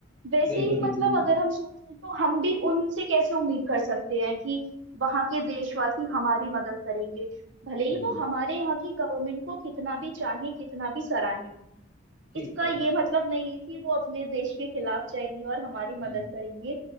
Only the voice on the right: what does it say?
वैसे
ही
मतलब
अगर हम सोचें तो हम भी उनसे कैसे उम्मीद कर सकते हैं कि वहां के देशवासी हमारी मदद करेंगे भले ही
वो हमारे यहाँ की गवर्नमेंट को कितना भी चाहें कितना भी सराहें
इसका
ये मतलब नहीं है कि वो अपने देश के खिलाफ जाएंगे और हमारी मदद
करेंगे